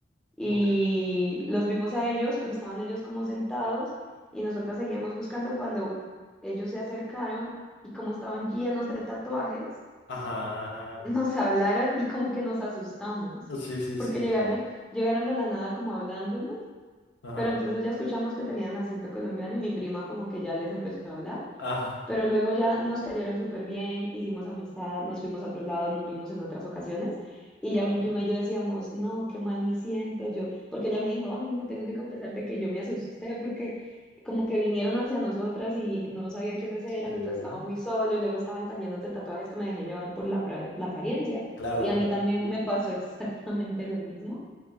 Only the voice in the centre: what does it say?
y
los vimos a ellos, pero estaban ellos como sentados y nosotras seguíamos buscando cuando ellos se acercaron y como estaban llenos de tatuajes,
nos hablaron y como que nos asustamos
porque
llegaron,
llegaron de la nada como hablándonos,
pero entonces ya escuchamos que tenían acento colombiano y mi prima como que ya les empezó a hablar
pero luego ya nos cayeron súper bien, hicimos amistad, nos fuimos a otros lados, nos vimos en otras ocasiones. Y
ya mi prima y yo decíamos, no, qué mal me siento yo, porque ella me dijo, ay, no tengo que confesarte que yo me asusté porque como que vinieron hacia nosotras y no sabía quiénes eran,
entonces estaba muy solo y luego estaban tan llenos de tatuajes que me dejé llevar por la, pra- la apariencia.
Y a
mí también me pasó <laughs> exactamente lo mismo.